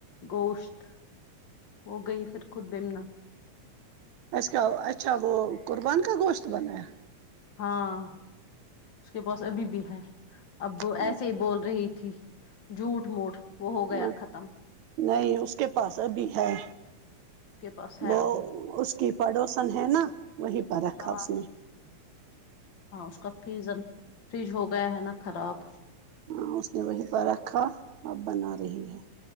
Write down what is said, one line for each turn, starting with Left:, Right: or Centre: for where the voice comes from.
Left: گوشت <unintelligible> وہ گئی پھر خود بمن
Right: ا کا اچھا وہ قربان کا گوشت بنایا
Left: ہاں اس کے پاس ابھی بھی ہے اب
Right: ہاں
Left: ایسے ہی بول رہی <unintelligible> ھی جوٹھ موٹ <unintelligible>
Right: ہ
Left: ختم اس
Right: نہیں اس کے پاس ابھی ہے
Left: کے پاس ہے
Right: وہ
Left: ابھی
Right: اس <unintelligible> کہ پڑوسن ہے نا <unintelligible> رکھا
Left: ہاں
Right: اس نے
Left: ہاں اس کا فیزن <unintelligible> فرج ہو گیا ہے نا خراب
Right: ہاں اس نے وہیں پر رکھا اب بنا رہی ہے